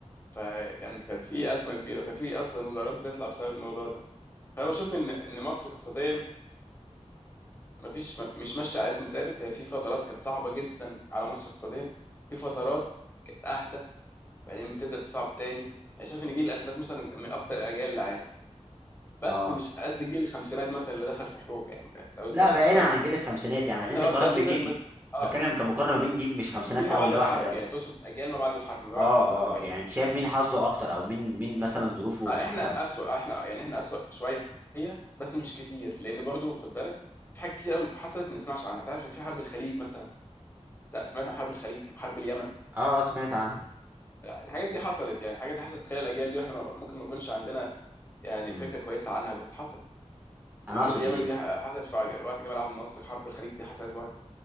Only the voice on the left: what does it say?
فكان كانت في ازمه كبيره وكان في اصلا مظاهرات بتطلع بسبب الموضوع ده فانا بشوف ان ان مصر اقتصاديا مفيش م- مش ماشيه على رتم ثابت هي في فترات كانت صعبه جدا على مصر اقتصاديا في فترات كانت اهدى بعدين بتبدأ تصعب تاني يعني شايف إن جيل الألفينات مثلا من أكتر الأجيال اللي عانت بس
مش قد جيل الخمسينات مثلا اللي دخل في حروب يعني لو أنت
خدت
بالك
إحنا لغاية
دلوقتي
مد... مد... آه
جيل ما
بعد
الحرب
يعني تقصد أجيال ما بعد الحرب ما
بعد 73
آه
إحنا أسوأ آه إحنا يعني إحنا أسوأ شوية بس مش كتير لأن برضو خد بالك في حاجات كتير قوي حصلت ما نسمعش عنها تعرف إن في حرب الخليج مثلا لا سمعت عن حرب الخليج حرب اليمن
لا الحاجات دي حصلت يعني الحاجات دي حصلت خلال الأجيال دي وإحنا ما- ممكن ما نكونش عندنا يعني
فكرة كويسة عنها بس حصلت
حرب
اليمن
دي حصلت في عج- وقت جمال عبد الناصر حرب الخليج دي حصلت وقت